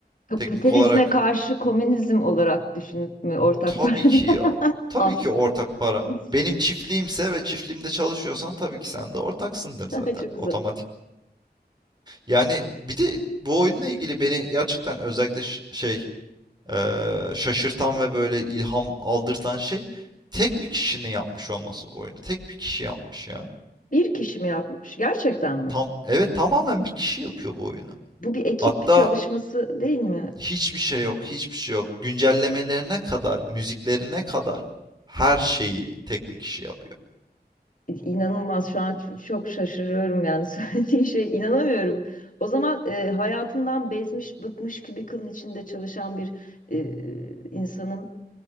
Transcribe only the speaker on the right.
teknik olarak
tabii
ki ya.
Tabii
ki ortak para.
Benim çiftliğimse ve çiftliğimde çalışıyorsan tabii ki sen de ortaksındır zaten
otomatik.
Yani bir de bu oyunla ilgili beni gerçekten özellikle ş- şey eee, şaşırtan ve böyle ilham aldırtan şey tek bir kişinin yapmış olması bu oyunu. Tek bir kişi yapmış ya.
Tam evet tamamen bir kişi yapıyor bu oyunu.
Hatta
hiçbir şey yok, hiçbir şey yok. Güncellemelerine kadar, müziklerine kadar her şeyi tek bir kişi yapıyor.